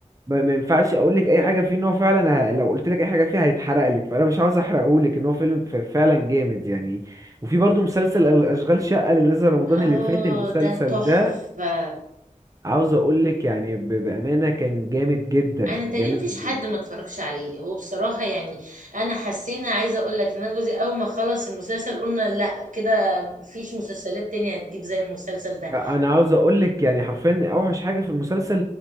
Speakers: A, on the right; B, on the right.
A: ما- ما ينفعش اقول لك اي حاجة فيه ان هو فعلا ه- لو قلت لك اي حاجة فيه هيتحرق لك فانا مش عاوز احرقهولك ان هو فيلم ف- فعلا جامد يعني وفي برضه مسلسل اشغال شقة اللي نزل رمضان
B: اه
A: اللي فات المسلسل
B: ده تحفه
A: ده عاوز اقول لك يعني ب- بامانه كان جامد جدا
B: انا تقريبا
A: جامد
B: مفيش حد
A: ب-
B: ما اتفرجش عليه هو بصراحه يعني انا حسينا عايزه اقول لك ان انا جوزي اول ما خلص المسلسل قلنا لا كده مفيش مسلسلات تانية هتجيب زي المسلسل ده
A: انا عاوز اقول لك يعني حرفيا اوحش حاجه في المسلسل